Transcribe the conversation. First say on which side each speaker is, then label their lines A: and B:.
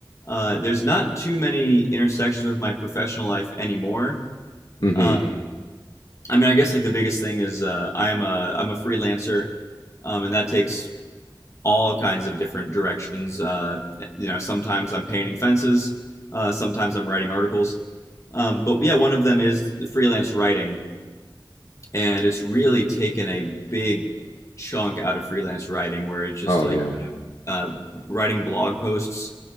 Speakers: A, on the left (about 35°); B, on the left (about 80°).
A: Uh, there's not too many intersections with my professional life anymore.
B: Mm-hmm.
A: Uh, I mean, I guess like the biggest thing is uh, I am a I'm a freelancer, um, and that takes all kinds of different directions. Uh, you know, sometimes I'm painting fences, uh, sometimes I'm writing articles. Um, but yeah, one of them is freelance writing. and it's really taken a big chunk out of freelance writing where it's just
B: Oh,
A: like
B: yeah.
A: uh, writing blog posts